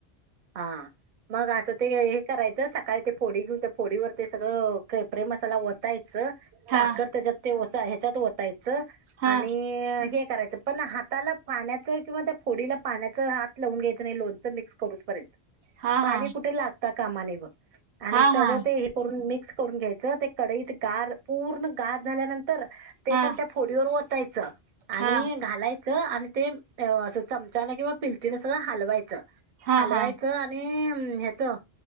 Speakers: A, on the right; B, on the right.
A: हा मग असं ते हे करायचं. काय ते फोडी घेऊन त्या फोडीवर ते सगळं कपरे मसाला वतायचं, साखर
B: हा
A: त्याच्यात तेसा ह्याच्यात वतायचं
B: हा
A: आणि हे करायचं पण हाताला पाण्यात. किंवा त्या फोडीला पाण्याचा हात लावून घ्यायचं नाही लोणचं मिक्स करूच पर्यंत.
B: हा
A: पाणी
B: हा
A: कुठे लागत कामाने व आणि
B: हा
A: सगळं
B: हा
A: ते. करून मिक्स करून घ्यायचं ते कडईत गार पूर्ण गार झाल्यानंतर ते
B: हा
A: पण त्या फोडीवर ओतायचं आणि
B: हा
A: घालायचं आणि ते. असं चमचान किंवा पिलतीनं सधा हलवायचं.
B: हा
A: हालवायचं
B: हा
A: आणि ह्यांचं